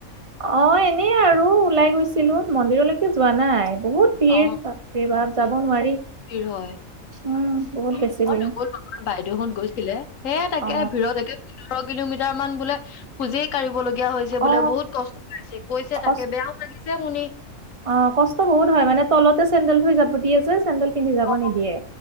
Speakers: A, on the right; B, on the left.
A: অ', এনেই আৰু ওলাই গৈছিলো, মন্দিৰলৈকে যোৱা নাই। বহুত ভিৰ,
B: অ
A: বাপৰে বাপ, যাব নোৱাৰি!
B: ভিৰ হয়
A: উম বহুত
B: <unintelligible>
A: বেছি ভিৰ
B: বাইদেউহঁত গৈছিলে। হে তাকে
A: অ
B: ভিৰত একে <unintelligible> কিলোমিটাৰ মান বোলে খোজেই কাঢ়িব লগীয়া হৈছ যাবলৈ বোলে,
A: অ
B: বহুত কষ্ট পাইছে্ কৈছে
A: কচ
B: তাকে, বেয়াও লাগিছে শুনি।
A: অ', কষ্ট বহুত হয়, মানে তলতে চেন্দেল থৈ যাব দিয়ে যে, চেন্দেল পিন্ধি যাব
B: অ
A: নিদিয়ে,